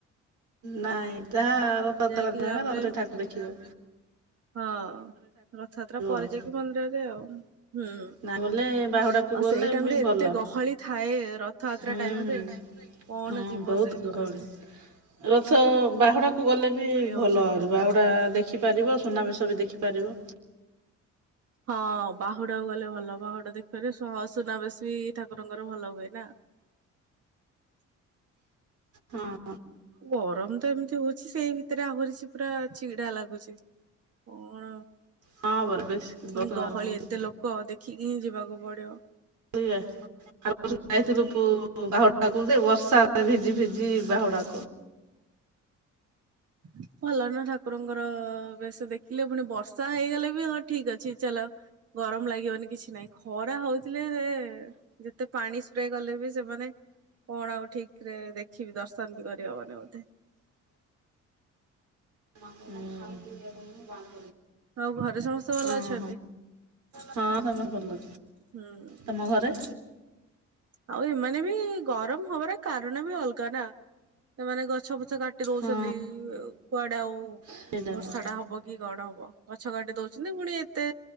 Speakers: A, on the right; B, on the right.
A: ନାଁଇ ଯାହା ରଥ
B: ଯାଇକି
A: <unintelligible> ଦିନ
B: ତାପରେ
A: ରଥରେ ଠାକୁ ଦେଖିବ।
B: ହଁ ରଥଯାତ୍ରା ପରେ
A: ଆଉ
B: ଯାଇକି ମନ୍ଦିରରେ ଆଉ ହୁଁ। ଆଉ
A: ନାଇଁ ଗଲେ ବାହୁଡ଼ାକୁ ଗଲେ
B: ସେଇ ଟାଇମ
A: ବି
B: ରେ
A: ଭଲ।
B: ଏତେ ଗହଳି ଥାଏ ରଥଯାତ୍ରା
A: ହୁଁ
B: ଟାଇମ
A: ହୁଁ
B: ରେ। ପଣ
A: ହଁ
B: ଯିବ
A: ବହୁତ
B: ସେଇ ଭିତରକୁ?
A: ଗହଳି। ରଥ ବାହାଡା କୁ ଗଲେ ବି
B: ଗହଳି
A: ଭଲ
B: ହଉଛନ୍ତି
A: ଆଉରି
B: ଏବେ।
A: ବାହୁଡ଼ା ଦେଖିପାରିବ, ସୁନାବେଶ ବି ଦେଖିପାରିବ।
B: ହଁ ବାହୁଡାକୁ ଗଲେ ଭଲ। ବାହୁଡା ଦେଖିପାରିବ, ସହ ସୁନାବେଶ୍ ବି ଠାକୁରଙ୍କର ଭଲ ହୁଏ ନା।
A: ହଁ।
B: ଗରମ ତ ଏମିତି ହଉଚି ସେଇ ଭିତରେ ଆହୁରିଛି ପୁରା ଚିଡା ଲାଗୁଛି। ହୁଁ।
A: ହଁ ପରା ବେଶୀ
B: ପୁଣି
A: ବହୁତ
B: ଗହଳି
A: ଗରମ ହଉଛି
B: ଏତେ ଲୋକ ଦେଖିକି ହିଁ ଯିବାକୁ ପଡିବ।
A: <unintelligible> ଆରବର୍ଷ ଯାଇଥିଲୁ ପୁ ବାହୁଡାକୁ ଯେ ବର୍ଷା। ଆ ଭିଜି ଫିଜି ବାହୁଡ଼ା।
B: <inaudible> ଭଲ ନା ଠାକୁରଙ୍କର ବେଶ ଦେଖିଲେ ପୁଣି ବର୍ଷା ହେଇଗଲେ ବି ହଁ ଠିକ ଅଛି ଚାଲ। ଗରମ ଲାଗିବନି କିଛି ନାହିଁ ଖରା ହଉଥିଲେ ସେ ଯେତେ ପାଣି ସ୍ପ୍ରେ କଲେ ବି ସେମାନେ କଣ ଆଉ ଠିକ ରେ ଦେଖିବି ଦର୍ଶନ ବି କରିହବନି ବୋଧେ
A: <inaudible>
B: ଆଉ ଘରେ ସମସ୍ତେ ଭଲ
A: ଓହୋ
B: ଅଛନ୍ତି।
A: ହଁ ସବୁ ଭଲ
B: ହୁଁ।
A: ତମ ଘରେ
B: ଆଉ ଏମାନେ ବି ଗରମ ହବାର କାରଣ ବି ଅଲଗା ନା ସେମାନେ ଗଛ ଫଛ କାଟି ଦଉଛନ୍ତି
A: ହଁ
B: କୁଆଡେ ଆଉ
A: ସେଇଟା
B: ବର୍ଷା
A: ହଁ
B: ଟା ହବକି କଣ ହବ ଗଛ କାଠି ଦଉଛି ପୁଣି ପୁଣି ଏତେ